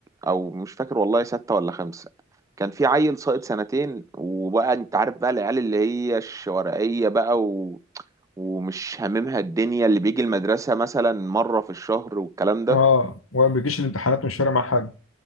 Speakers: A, on the right; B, on the left.
A: او مش فاكر والله ستة ولا خمسة كان في عيل ساقط سنتين وبقى انت عارف بقى العيال اللي هي الشوارعية بقى و... ومش هاممها الدنيا اللي بيجي المدرسة مثلا مرة في الشهر والكلام ده
B: اه وما بيجيش الامتحانات مش فارق معاه حاجه